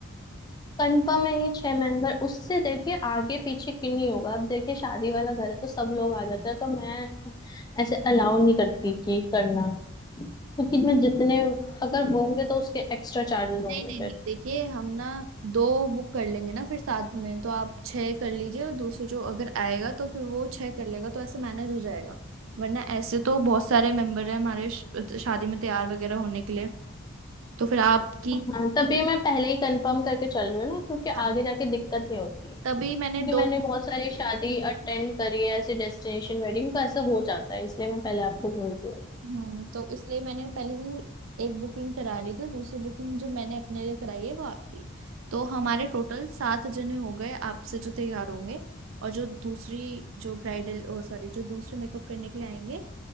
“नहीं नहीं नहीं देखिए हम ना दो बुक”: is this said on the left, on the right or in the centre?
Right